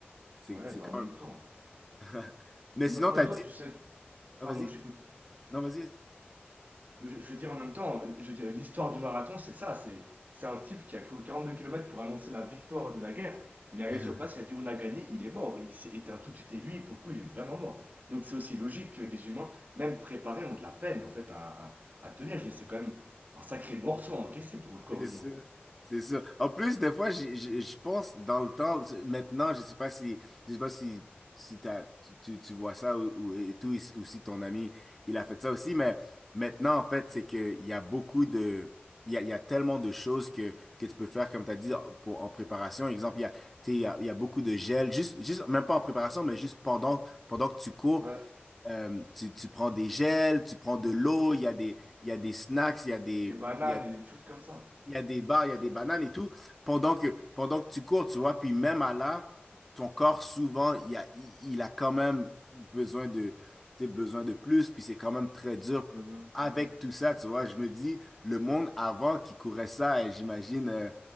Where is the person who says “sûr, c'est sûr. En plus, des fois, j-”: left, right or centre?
Centre